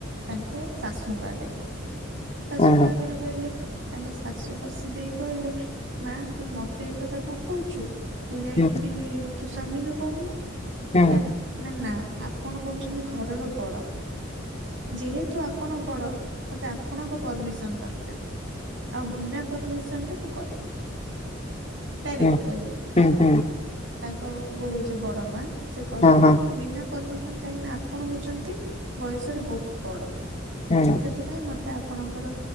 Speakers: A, on the right; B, on the left.
A: ତାଙ୍କ ଶାଶୁଙ୍କ ଆଗରେ ଶାଶୁଙ୍କ
B: ଓହୋ
A: ଆଗରେ କହିଲେ। ତାଙ୍କ ଶାଶୁ ହସିଦେଇ କହିଲେ, ମା ତୁ ମତେ ଏ କଥା କଣ କହୁଚୁ? ତୁ ଯାଇଙ୍କିରି
B: ହୁଁ
A: ତୁ ସ୍ଵାମୀକୁ କହୁନୁ ହେଲା।
B: ହୁଁ
A: ନା, ନା ଆପଣ ହଉଛନ୍ତି ଘରର ବଡ। ଯେହେତୁ ଆପଣ ବଡ, ମତେ ଆପଣଙ୍କ ପରମିସନ୍ ଦରକାର୍। ଆଉ ବିନା ପରମିସନ୍ ରେ ମୁଁ କରିବିନି। ଡାଇରେକ୍ଟ
B: ହୁଁ ହୁଁ
A: କହିଲେ,
B: ହୁଁ ହୁଁ
A: ତାଙ୍କ ବୋହୁ ଯିଏ ବଡ ମା। ସେ କହିଲେ
B: ହଁ ହଁ
A: ମୁଁ ବିନା ପରମିସନ୍ କାହିଁକି ନା ଆପଣ ହଉଚନ୍ତି ବୟସରେ ବହୁତ୍ ବଡ,
B: ହୁଁ
A: ସେଥିପାଇଁ ମତେ ଆପଣଙ୍କର